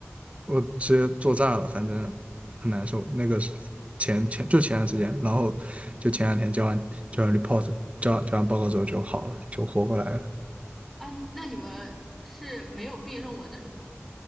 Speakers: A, on the right; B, in the centre.
A: 我直接做炸了，反正很难受。那个是前前就前段时间，然后就前两天交完交完 report，交完交完报告之后就好了，就活过来了。
B: 啊，你那你们是没有毕业论文的是吧？